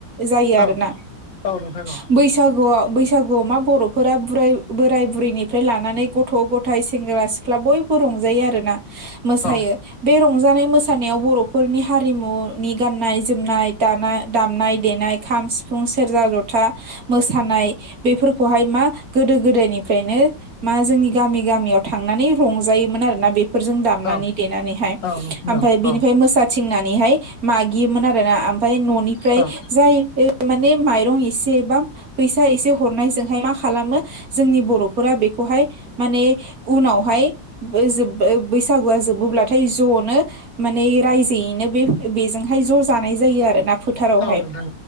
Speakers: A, on the right; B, on the left.
A: जायो
B: औ
A: आरोना
B: औ नोंथां औ
A: बैस बैसागुआव बैसागुआव मा बर'फोरा ब बोराय बुरैनिफ्राय लानानै गथ' गथाय सेंग्रा सि सिख्ला बयबो रंजायो आरोना मोसायो
B: औ
A: बे रंजानाय मोसानायाव बर'फोरनि हारिमुनि गाननाय जोमनाय दामनाय देनाय खाम सिफुं सिफुं सेरजा जथा मोसानाय बेफोरखौहाय मा गोदो गोदायनिफ्रायनो मा जोंनि गामि गामियाव थांनानै रंजायोमोन आरोना बे जों दाम
B: औ
A: नानै देनानैहाय
B: औ नोंथां
A: ओमफाय
B: औ
A: बिनि
B: औ नोंथां औ
A: फाय मो थिंनानैहाय मागियोमोन आरोना ओमफ्राय न'निफ्राय
B: औ
A: जाय माने माइरं एसे बा फैसा एसे हरनायजोंहाय मा खालामो जोंनि बर'फोरा बेखौहाय माने उनावहाय बैजो बैसागुआ जोबोब्लाथाय ज'नो माने रायजोयैनो बे बेजोंहाय ज' जानाय जायो आरोना फोथारावहाय
B: औ नोंथां